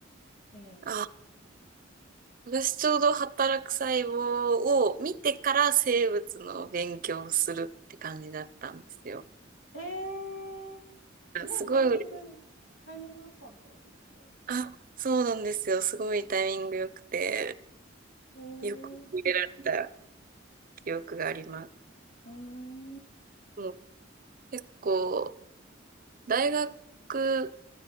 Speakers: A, on the left; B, on the right.
A: うん。
B: あ私ちょうど働く細胞を見てから生物の勉強をするって感じだったんですよ。
A: えー、すごいタイミング、
B: あすごい嬉しい、
A: タイミング良かったんですね。
B: あ、そうなんですよ。すごいタイミング良くて、
A: えー、
B: よく入れられた記憶があります。
A: うーん。うんうん。
B: もう結構、大学、